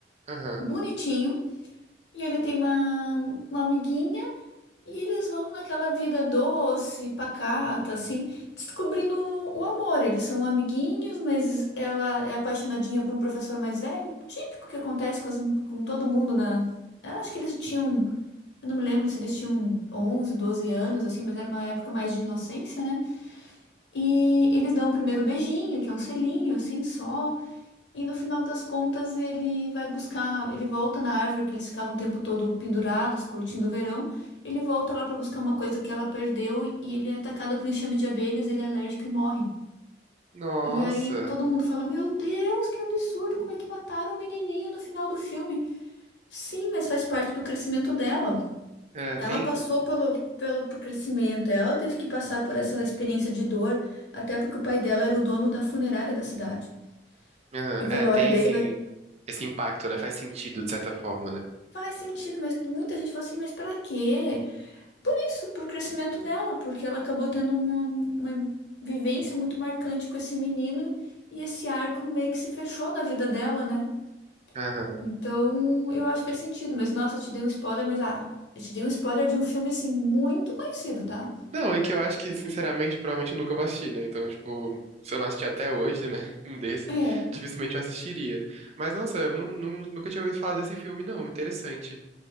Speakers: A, on the right (about 40°); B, on the left (about 85°).
A: Aham.
B: bonitinho, e ele tem uma, uma amiguinha, e eles vão naquela vida doce, pacata, assim, descobrindo o, o amor. Eles são amiguinhos, mas ela é apaixonadinha por um professor mais velho, típico que acontece com, as- com todo mundo na... Eu acho que eles tinham... Eu não me lembro se eles tinham 11, 12 anos, assim, mas era uma época mais de inocência, né? E eles dão o primeiro beijinho, que é um selinho, assim, só. E no final das contas, ele vai buscar, ele volta na árvore que eles ficavam o tempo todo pendurados, curtindo o verão. Ele volta lá para buscar uma coisa que ela perdeu e ele é atacado por um enxame de abelhas, ele é alérgico e morre.
A: Nossa.
B: E aí todo mundo fala: Meu Deus, que absurdo, como é que mataram o menininho no final do filme? Sim, mas faz parte do crescimento dela.
A: É,
B: Ela
A: tem.
B: passou pelo, pelo crescimento, ela teve que passar por essa experiência de dor, até porque o pai dela era o dono da funerária da cidade.
A: Aham.
B: E o velório
A: É, tem
B: dele
A: assim,
B: vai,
A: esse impacto, né? Faz sentido de certa forma, né?
B: faz sentido, mas muita gente fala assim, mas pra quê? Por isso, por crescimento dela, porque ela acabou tendo uma, uma vivência muito marcante com esse menino e esse arco meio que se fechou na vida dela, né?
A: Aham.
B: Então, eu acho que faz sentido, mas nossa, eu te dei um spoiler, mas ah, eu te dei um spoiler de um filme assim muito conhecido, tá?
A: Não, e que eu acho que, sinceramente, provavelmente eu nunca vou assistir, né? Então, tipo, se eu não assistir até hoje, né? <laughs> Um desse,
B: É.
A: dificilmente eu assistiria. Mas, nossa, eu nu- nu- nunca tinha ouvido falar desse filme, não. Interessante.